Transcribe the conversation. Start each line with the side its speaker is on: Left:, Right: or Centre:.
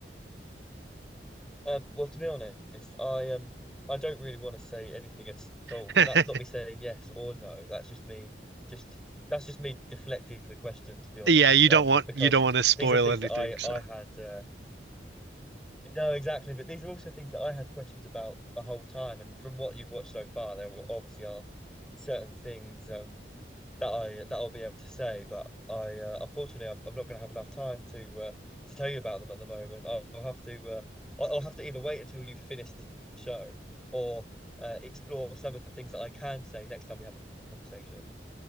Centre: Um, well, to be honest, I um, I don't really want to say anything at all,
Right: <laughs>
Centre: and that's not me saying yes or no. That's just me, just that's just me deflecting the question, to be honest.
Right: Yeah, you
Centre: Um,
Right: don't want
Centre: because
Right: you don't want to spoil
Centre: these are things
Right: anything.
Centre: that I
Right: So,
Centre: I had. Uh, no, exactly, but these are also things that I had questions about the whole time, and from what you've watched so far, there were- obviously are certain things. Um, that I that I'll be able to say, but I uh, unfortunately I'm, I'm not going to have enough time to uh, to tell you about them at the moment. I'll, I'll have to uh, I'll, I'll have to either wait until you finish the show or uh, explore some of the things that I can say next time we have a conversation.